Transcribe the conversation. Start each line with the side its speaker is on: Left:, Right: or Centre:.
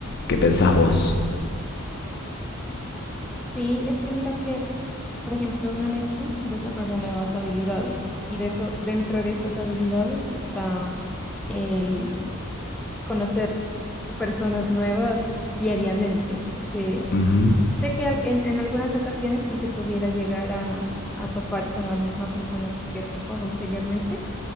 Left: qué pensás vos.
Centre: Sí, es que mira que, por ejemplo, uno en esto desarrolla nuevas habilidades y de eso, dentro de esas habilidades está el conocer personas nuevas diariamente, porque
Left: Ujú,
Centre: Sé que al- en, en algunas ocasiones sí se pudiera llegar a, a topar con la misma persona que te has topado anteriormente,